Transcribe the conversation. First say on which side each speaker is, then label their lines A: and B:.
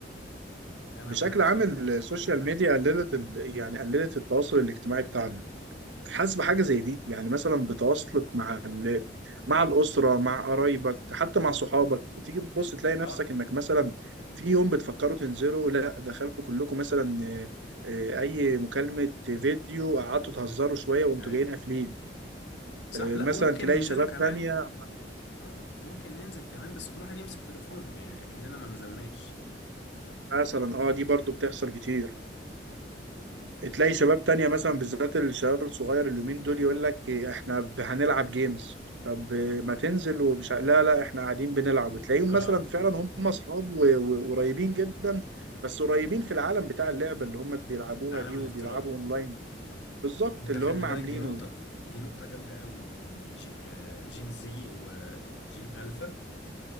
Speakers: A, on the left; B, on the right.
A: يعني انا
B: بشكل
A: ب-
B: عام
A: بصراحه
B: السوشيال ميديا قللت ال... يعني قللت التواصل الاجتماعي بتاعنا حاسس بحاجة زي دي يعني مثلا بتواصلك مع ال... مع الأسرة مع قرايبك حتى مع صحابك بتيجي تبص تلاقي نفسك
A: اه
B: انك مثلا في يوم بتفكروا تنزلوا لا دخلتوا كلكم مثلا آه، آه، اي مكالمة فيديو قعدتوا تهزروا
A: مم.
B: شوية وانتوا
A: ايوه
B: جايين قافلين
A: صح
B: آه،
A: لا
B: مثلا
A: وممكن
B: تلاقي
A: ننزله
B: شباب
A: كمان
B: تانية
A: اه وممكن ننزل كمان بس كل واحد يمسك تليفونه يعني اكننا ما نزلناش
B: مثلا اه دي برضو بتحصل كتير تلاقي شباب تانية مثلا بالذات الشباب الصغير اليومين دول يقول لك إيه، احنا ب- هنلعب جيمز طب ما تنزل ومش ع- لا لا احنا قاعدين بنلعب وتلاقيهم
A: اه
B: مثلا فعلا هم اصحاب و- و- وقريبين جدا بس قريبين في العالم بتاع اللعبة اللي هم بيلعبوها
A: العالم
B: دي
A: الافتراضي
B: وبيلعبوا اونلاين
A: بالظبط
B: بالظبط
A: انت
B: اللي
A: خلي
B: هم عاملينه
A: بالك دي نقطة
B: دي
A: دي نقطة جامدة قوي لان جي آه، جين زي وجين الفا